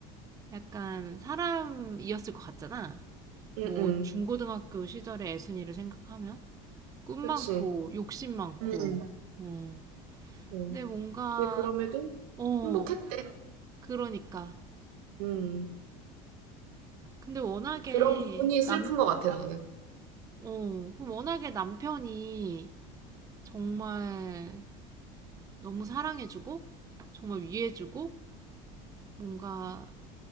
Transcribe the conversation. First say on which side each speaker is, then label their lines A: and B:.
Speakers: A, on the right; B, on the right.
A: 약간 사람이었을 것 같잖아.
B: 음음.
A: 뭐, 중고등학교 시절의 애순이를 생각하면 꿈
B: 그치.
A: 많고, 욕심 많고,
B: 음.
A: 어.
B: 음.
A: 근데 뭔가,
B: 근데 그럼에도
A: 어,
B: 행복했대.
A: 그러니까.
B: 음.
A: 근데 워낙에
B: 그런 부분이 슬픈
A: 남,
B: 것 같아, 나는.
A: 어, 그럼 워낙에 남편이 정말 너무 사랑해주고, 정말 위해주고, 뭔가